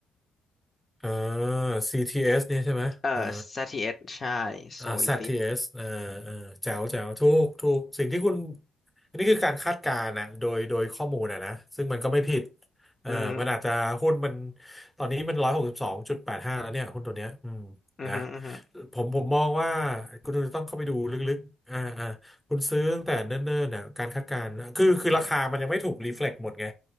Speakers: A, in the centre; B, on the left.
A: อ่า CTS เอสเนี่ยใช่ไหมอ่า
B: เอ่อซีทีเ t s ใช่โซติส
A: อ่า ZTS อสอ่าอ่าแจ๋วแจ๋วถูกถูกสิ่งที่คุณอันนี้คือการคาดการณ์นะโดยโดยข้อมูลนะนะซึ่งมันก็ไม่ผิดเอ่อมันอาจจะหุ้นมัน
B: อือฮึ
A: ตอนนี้มันร้อยหกสิบสองจุดแปดห้าแล้วเนี่ยหุ้นตัวเนี้ยอืมนะ
B: อือฮึอือฮึ
A: ผมผมมองว่าคุณต้องเข้าไปดูลึกๆอ่าอ่าคุณซื้อตั้งแต่เนิ่นๆน่ะการคาดการณ์คือคือราคามันยังไม่ถูกรีเฟล็กหมดไง